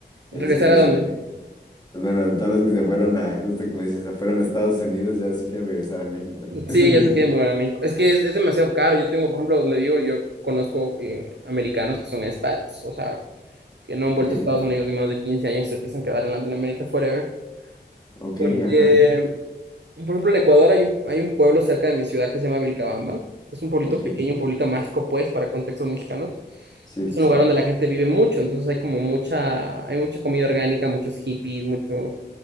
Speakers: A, on the left (about 20°); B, on the right (about 70°).
A: El
B: ¿Regresar
A: sueño
B: a
A: es
B: dónde?
A: en México. Pues bueno, todos los que se fueron a, justo como dices, se fueron a Estados Unidos, ya sí quieren regresar a México. <laughs>
B: Sí, ya se quieren volver a México. Es que es, es demasiado caro. Yo tengo, por ejemplo, donde vivo, yo conozco eh, americanos que son expats, o sea, que no han
A: Ok,
B: vuelto a Estados Unidos en más de 15 años, se piensan quedar en Latinoamérica forever.
A: ok,
B: Porque,
A: ajá,
B: por ejemplo, en Ecuador hay un, hay un pueblo cerca de mi ciudad que se llama Vilcabamba. Es un pueblito
A: ok.
B: pequeño, un pueblito mágico, pues, para contextos mexicanos.
A: Sí,
B: Es
A: sí,
B: un
A: sí.
B: lugar donde la gente vive mucho, entonces hay como mucha, hay mucha comida orgánica, muchos hippies, mucho,